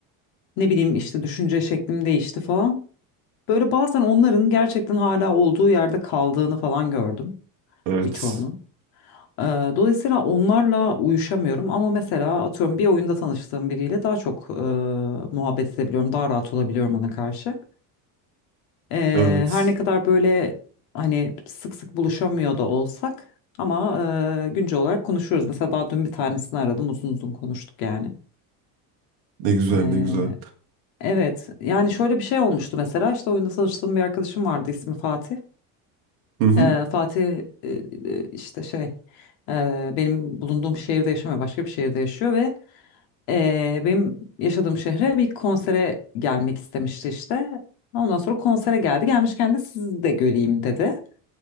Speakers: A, on the left; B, on the right.
A: Ne bileyim işte düşünce şeklim değişti falan. Böyle bazen onların gerçekten hala olduğu yerde kaldığını falan gördüm
B: Evet.
A: birçoğunun. Ee, Dolayısıyla onlarla uyuşamıyorum ama mesela atıyorum bir oyunda tanıştığım biriyle daha çok e, muhabbet edebiliyorum, daha rahat olabiliyorum ona karşı. Ee,
B: Evet.
A: her ne kadar böyle hani sık sık buluşamıyor da olsak ama e, güncel olarak konuşuyoruz. Mesela daha dün bir tanesini aradım, uzun uzun konuştuk yani.
B: Ne güzel
A: Ee,
B: ne güzel.
A: evet, yani şöyle bir şey olmuştu mesela işte oyunda tanıştığım bir arkadaşım vardı ismi Fatih.
B: Hı hı.
A: Ee, Fatih e, e, işte şey e, benim bulunduğum şehirde yaşamıyor başka bir şehirde yaşıyor ve e, benim yaşadığım şehre bir konsere gelmek istemişti işte. Ondan sonra konsere geldi gelmişken de sizi de göreyim dedi.